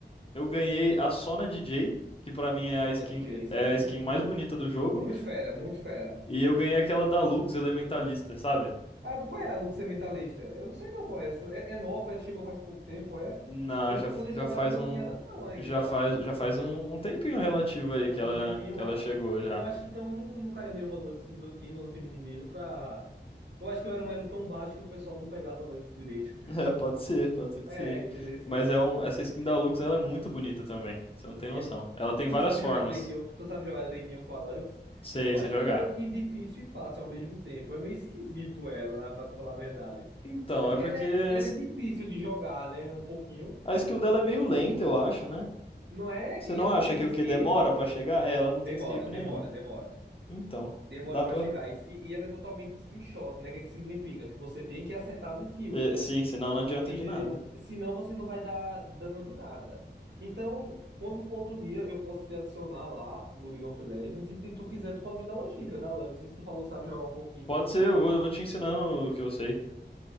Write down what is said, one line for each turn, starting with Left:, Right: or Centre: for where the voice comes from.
Left: eu ganhei a Sona DJ, que pra mim é
Right: Só
Left: a skin,
Right: na DJ, certo?
Left: é a skin
Right: Uhum.
Left: mais bonita do jogo,
Right: Muito fera, muito fera.
Left: e eu ganhei aquela da Lux Elementalista, sabe?
Right: Ah, do- qual é a Luxem Mentalista? Eu não sei não qual é essa. É, é nova, chegou faz pouco tempo, é?
Left: Na,
Right: Eu não,
Left: já,
Right: quando eu
Left: já
Right: jogava
Left: faz
Right: não
Left: um
Right: tinha ela não ainda,
Left: já
Right: eu acho.
Left: faz
Right: Não
Left: já faz
Right: lembro.
Left: um, um tempinho relativo aí
Right: Já
Left: que
Right: faz
Left: ela
Right: um tempinho,
Left: que ela
Right: é?
Left: chegou já.
Right: Eu acho que então não, não caiu nenhuma Lux no meu time, no time inimigo, pra. Eu acho que eu era um elo tão baixo que o pessoal não pegava Lux direito. <laughs>
Left: É, pode ser, pode ser que
Right: É,
Left: seja.
Right: entendeu?
Left: Mas é um, essa skin da Lux, ela é muito bonita também. Você não tem noção.
Right: E é-
Left: Ela tem várias
Right: Tu sabe
Left: formas.
Right: jogar direitinho, tu sabe jogar direitinho com a Lux?
Left: Sei,
Right: Eu acho
Left: você jogar.
Right: ela meio que difícil e fácil ao mesmo tempo. É meio esquisito ela, né, pra te falar a verdade.
Left: Então,
Right: É porque
Left: é porque
Right: ela é,
Left: a
Right: ela
Left: es-
Right: é difícil de jogar, né? Um pouquinho.
Left: a skill dela é meio lenta, eu acho, né?
Right: Não é?
Left: Você
Right: E
Left: não
Right: ela
Left: acha
Right: não tem
Left: que
Right: escape.
Left: o que demora pra chegar? É, Ela não tem
Right: Demora,
Left: escape nenhum.
Right: demora, demora.
Left: Então,
Right: Demora
Left: dá
Right: pra
Left: pra.
Right: chegar. E, se- e ela é totalmente skill shot, né? O que é que significa? Que você tem que acertar as skills,
Left: É, sim, senão não adianta
Right: entendeu?
Left: de nada.
Right: Senão você não vai dar dano de nada. Então, quando for outro dia, eu posso te adicionar lá no League of Legends. E se tu quiser, tu pode me dar uma dica da Lux. Se tu falou que sabe jogar um pouquinho.
Left: Pode ser, eu vou, eu vou te ensinando o que eu sei.